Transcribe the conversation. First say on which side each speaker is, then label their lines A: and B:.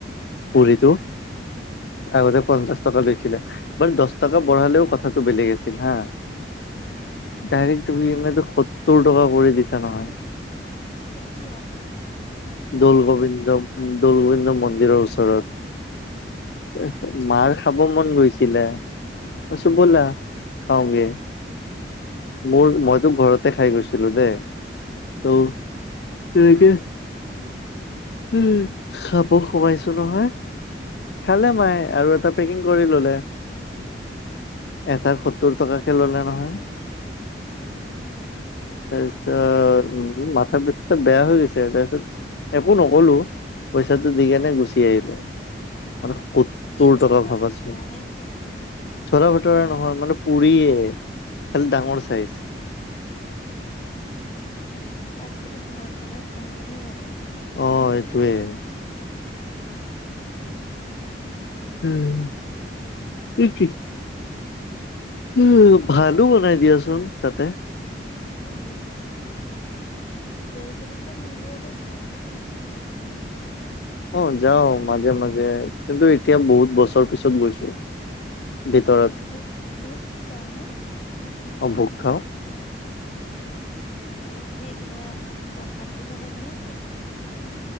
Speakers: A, on the left (about 35°); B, on the left (about 65°).
A: উম।
B: পুৰিটো আগতে পঞ্চাশ টকা লৈছিলে বাৰু দশ টকা বঢ়ালেও কথাটো বেলেগ আছিল হা।
A: উম
B: ডাইৰেক্ট জুমি <unintelligible> সত্তৰ টকা কৰি দিছা নহয়।
A: কেতিয়া
B: <inaudible>
A: কৰ
B: দৌলগোবিন্দ দৌল গোবিন্দ মন্দিৰৰ ওচৰত, তাৰপিছত
A: আচ্ছা
B: মাৰ
A: আচ্ছা
B: খাব মন গৈছে। দিলে মই
A: উম
B: কৈছো ব'লা খাওঁ গে মোৰ মইতো ঘৰতে খাই গৈছিলো দেই। ত'
A: অ, অ'।
B: তেনেকে উম, খাব সোমাইছো। নহয় খালে মায়ে আৰু এটা পেকিং কৰি ল'লে। এটাৰ সত্তৰ টকাকে ললে নহয়।
A: অ'।
B: তাৰপিছত উ মাথা পথ বেয়া হৈ গৈছে তাৰপিছত একো নকলো পইচাটো দি কেনে গুচি আহিলো। মানে সত্তৰ
A: কি চলা
B: টকা ভাব
A: ভাতুৰা
B: আছিলো।
A: নে কি
B: চলা ভতৰা নহয় মানে পুৰিয়ে খালি ডাঙৰ চাইজ।
A: তাতকেতো ঘৰত বনাই খুৱাওঁতে নে ভাল আছিল।
B: অ এইটোৱেই।
A: উম <unintelligible>
B: উম কি কি? উ, ভালো বনাই দিয়াচোন তাতে,
A: উম। দৌল গোবিন্দ মন্দিৰলৈ যোৱা ন তোমালোকে?
B: অ যাওঁ মাজে মাজে। কিন্তু এতিয়া বহুত বছৰ পিছত গৈছো। ভিতৰত
A: ভোক ভোক খোৱা নে?
B: অ ভোক খাওঁ।
A: উম উ বেলেগকে কিবা, প্ৰসাদ দিব লাগে নে কি তাত?